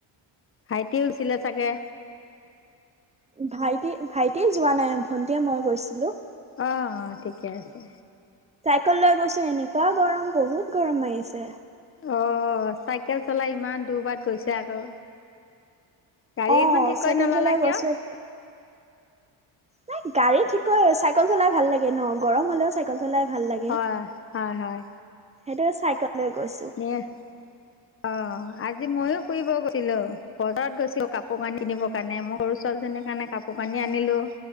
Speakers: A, on the left (about 30°); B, on the right (about 15°).
A: ভাইটি হৈছিলে চাগে।
B: ভাইটি- ভাইটি যোৱা নাই ভন্টিয়ে মই গৈছিলো।
A: অহ ',- অহ ', ঠিকে আছে।
B: চাইকেল লৈ গৈছো এনেকুৱা গৰম বহুত গৰম মাৰিছে।
A: অহ ', চাইকেল চলাই ইমান দূৰ বাত গৈছে আকৌ। গাড়ী
B: অহ
A: এখন ঠিক
B: ',
A: কৰি
B: চাইকেল
A: নললা
B: চলাই
A: কিয়?
B: গৈছো এক নাই গাড়ী ঠিক চাইকেল চলাই ভাল লাগে ন গৰম হলেও চাইকেল--' চলাই ভাল লাগে
A: হয় হয় হয়।
B: সেইটো চাইকেল
A: অ
B: লৈ গৈছো
A: <unintelligible> আজি মইয়ো ফুৰিব গৈছিলো বজাৰত গৈছো কাপোৰ কানি কিনিব কাৰণে মই সৰু ছোৱালীজনীৰ কাৰণে কাপোৰ কানি আনিলো